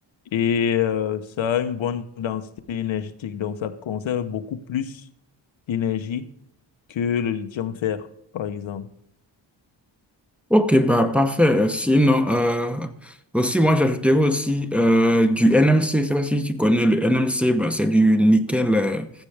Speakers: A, on the left; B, in the centre.
A: Et euh, ça a une bonne densité énergétique, donc ça conserve beaucoup plus d'énergie que le lithium-fer, par exemple.
B: Ok, bah parfait. Euh, Sinon, euh, aussi, moi j'ajouterais aussi euh, du NMC. Je sais pas si tu connais le NMC, bah, c'est du nickel, euh,